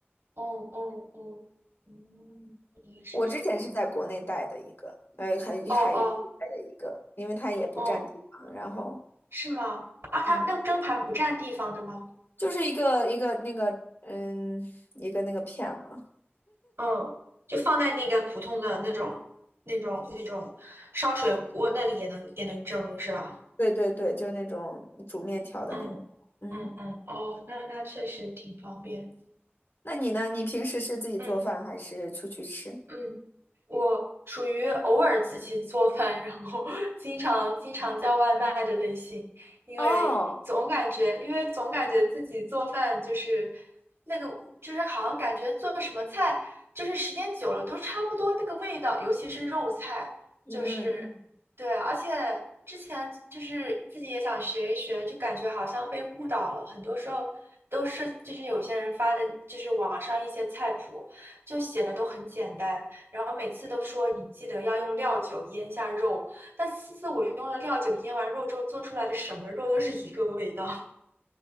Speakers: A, on the right; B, on the left.
A: 哦哦哦，嗯，原来是这样。
B: 我之前是在国内带的一个，呃，海海域带的一个，
A: 哦哦
B: 因为它也不占地方，
A: 哦，
B: 然后
A: 是吗？啊，它那蒸盘不占地方的吗？
B: 嗯，就是一个一个那个嗯一个那个片儿嘛。
A: 嗯，就放在那个普通的那种、那种、那种烧水锅那里也能也能蒸是吧？
B: 对对对，就是那种煮面条的那种，
A: 嗯嗯嗯，
B: 嗯。
A: 哦，那那确实挺方便。
B: 那你呢？你平时是自己做饭还是出去吃？
A: 嗯。嗯，我属于偶尔自己做饭，然后 <laughs> 经常经常叫外卖的类型，因为总感觉，
B: 哦，
A: 因为总感觉自己做饭就是那个，就是好像感觉做什么菜，就是时间久了都差不多那个味道，尤其是肉菜，
B: 嗯嗯。
A: 就是对，而且之前就是自己也想学一学，就感觉好像被误导了，很多时候都是就是有些人发的，就是网上一些菜谱。就写的都很简单，然后每次都说你记得要用料酒腌下肉，但次次我用了料酒腌完肉之后做出来的什么肉都是一个味道。